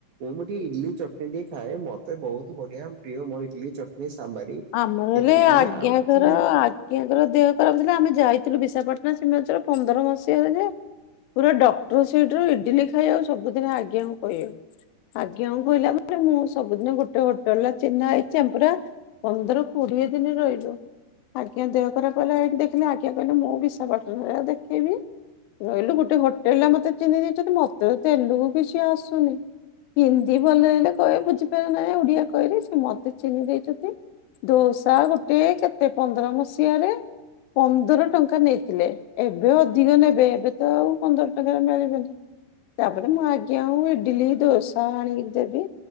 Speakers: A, on the right (about 65°); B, on the left (about 85°).
A: ଓମଟି ଇଜ୍ଲି ଚଟଣୀ ଟିକେ ଖାଏ ମତେ ବହୁତୁ ବଢ଼ିଆ ପ୍ରିୟ ମୋ ଇଟ୍ଲି ଚଟ୍ଣୀ ସାମ୍ବାରି।
B: ଆମର ହେଲେ
A: ସେତିକି
B: ଆଜ୍ଞା
A: ଆଉ କିଛି
B: କର
A: ନାହିଁ।
B: ଆଗ୍ କି ୟାଙ୍କର ଦେହ ଖରାପ ଥିଲା ଆମେ ଯାଇଥିଲୁ ବିଶାଖାପାଟ୍ଣା ଶିମ୍ଚାଳ ପନ୍ଦର ମସିହାରେ ଯେ। ପୁରା ଡ଼କ୍ଟର ସେଇଟିର ଇଡ଼ିଲି ଖାଇବାକୁ ସବୁଦିନ ଆଜ୍ଞାକୁ ପହିବେ। ଆଜ୍ଞା ଉଁ କହିଲା ମାନେ ମୁଁ ସବୁଦିନେ ଗୋଟେ ହୋଟେଲରେ ଚିହ୍ନା ହେଇଚେ ଆମେ ପରା। ପନ୍ଦର କଡ଼ିଏ ଦିନି ରହିଲୁ। ଆଜ୍ଞା ଦେହ ଖରାପ ହେଲା ଏଇଠି ଦେଖିଲେ ଆଜ୍ଞା କହିଲେ ମୁଁ ବିଶାପାଟନାରେ ଦେଖେଇବି। ରହିଲୁ ଗୋଟେ ହୋଟେଲେରେ ଆ ମତେ ଚିହ୍ନେଇ ଦେଇଛନ୍ତି ମତେ ତେଲୁଗୁ କିଛି ଆସୁନି। ହିନ୍ଦୀ ଭଲ ହେଲେ କଏ ବୁଝିପାରେ ନାହିଁ ଆଉ ଓଡ଼ିଆ କହିଲେ ସେ ମତେ ଚିହ୍ନି ଦେଇଚତି। ଦୋସା ଗୋଟିଏ କେତେ ପନ୍ଦର ମସିହାରେ ପନ୍ଦର ଟଙ୍କା ନେଇଥିଲେ। ଏବେ ଅଧିକ ନେବେ ଏବେ ତ ଆଉ ପନ୍ଦର ଟଙ୍କାରେ ମେଳିବନି। ତାପରେ ମୁଁ ଆଜ୍ଞା ଉଁ ଇଡ଼ିଲି ଦୋସା ଆଣିକି ଦେବି।